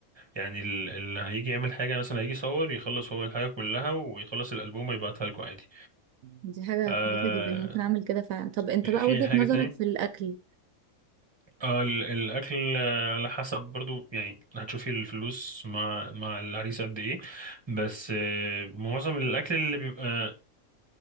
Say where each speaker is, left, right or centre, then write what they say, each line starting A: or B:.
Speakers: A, on the right (about 20°); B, on the right (about 75°).
A: يعني ال- اللي هيجي يعمل حاجة مثلا هيجي يصور يخلص هو الحاجة كلها ويخلص الألبوم ويبعتها لكم عادي
B: دي حاجة
A: آه
B: كويسة جدا ممكن أعمل كده فعلا طب أنت
A: في
B: بقى
A: في
B: وجهة
A: أي حاجة
B: نظرك في الأكل
A: اه ال- الاكل آه، على حسب برضو يعني هتشوفي الفلوس مع مع العريس قد ايه بس آه، معظم الاكل اللي بيبقى